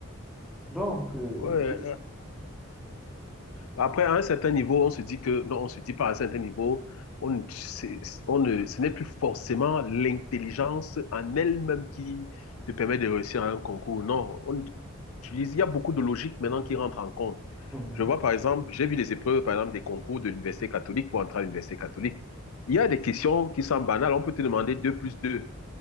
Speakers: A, in the centre; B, on the left (about 80°).
A: Donc, euh,
B: Ouais, euh, après, à un certain niveau, on se dit que, non, on se dit pas à un certain niveau, on, ne- c'est- on ne, ce n'est plus forcément l'intelligence en elle-même qui te permet de réussir à un concours. Non, on utilise, il y a beaucoup de logique maintenant qui rentre en compte.
A: mhm,
B: Je vois par exemple, j'ai vu les épreuves, par exemple, des concours de l'université catholique pour entrer à l'université catholique. Il y a des questions qui sont banales. On peut te demander 2 plus 2.